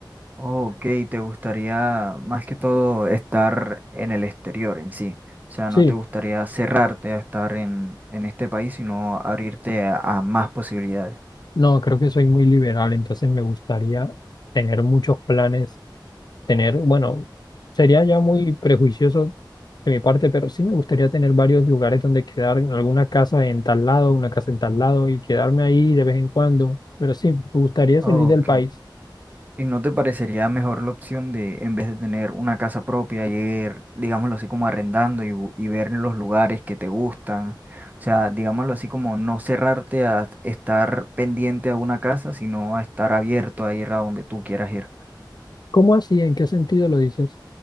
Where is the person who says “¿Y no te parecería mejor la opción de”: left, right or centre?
Right